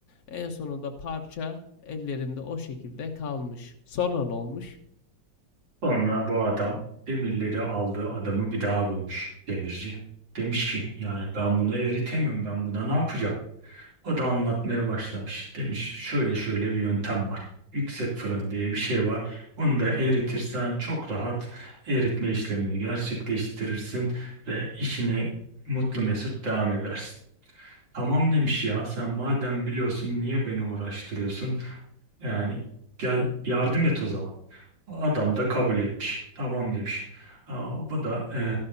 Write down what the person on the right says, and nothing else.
Sonra bu adam demirleri aldığı adamı bir daha bulmuş demirci. Demiş ki yani ben bunu eritemiyorum ben buna ne yapacağım? O da anlatmaya başlamış. Demiş şöyle şöyle bir yöntem var. Yüksek fırın diye bir şey var. Bunu da eritirsen çok rahat eritme işlemini gerçekleştirirsin ve işine mutlu mesut devam edersin. Tamam demiş ya sen madem biliyorsun niye beni uğraştırıyorsun? Yani gel yardım et o zaman. Adam da kabul etmiş. Tamam demiş. Aa, bu da e,